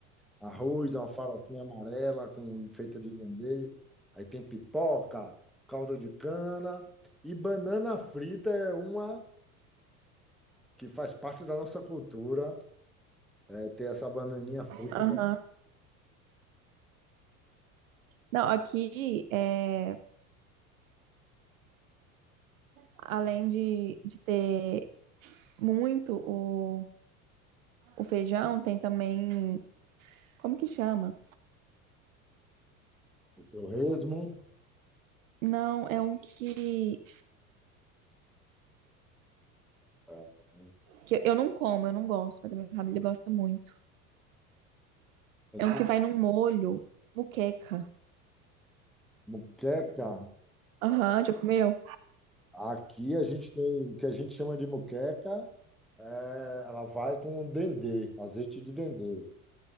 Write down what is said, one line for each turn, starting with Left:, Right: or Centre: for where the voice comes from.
Centre: Arroz, é uma farofinha amarela com, feita de dendê. Aí tem pipoca, caldo de cana. E banana frita é uma que faz parte da nossa cultura. É, ter essa bananinha frita
Right: Aham.
Centre: também.
Right: Não, aqui, é, além de, de ter muito o, o feijão, tem também. Como que chama?
Centre: O torresmo,
Right: Não, é um que,
Centre: é,
Right: que eu não como, eu não gosto, mas a minha família gosta muito.
Centre: assim,
Right: É um que vai num molho, muqueca.
Centre: moqueca.
Right: Aham, já comeu?
Centre: Aqui a gente tem o que a gente chama de moqueca, é, ela vai com dendê, azeite de dendê.